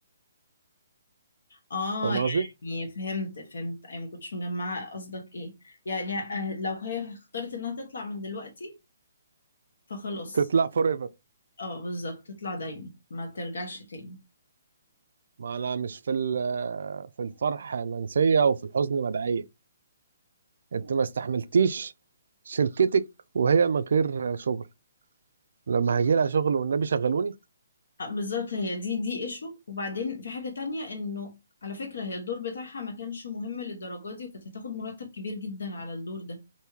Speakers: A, on the left; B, on the right.
A: اه
B: فاهم قصدي
A: يعني فهمت فهمت اي ما كنتش مجمعه قصدك ايه يعني آه، لو هي اختارت انها تطلع من دلوقتي فخلاص
B: تطلع فور ايفر
A: اه بالظبط تطلع دايما ما ترجعش تاني
B: ما انا مش في ال- في الفرح منسيه وفي الحزن مدعيه انت ما استحملتيش شركتك وهي من غير شغل لما هيجي لها شغل والنبي شغلوني
A: آه، بالظبط هي دي دي ايشو وبعدين في حاجه تانية انه على فكره هي الدور بتاعها ما كانش مهم للدرجه دي وكانت هتاخد مرتب كبير جدا على الدور ده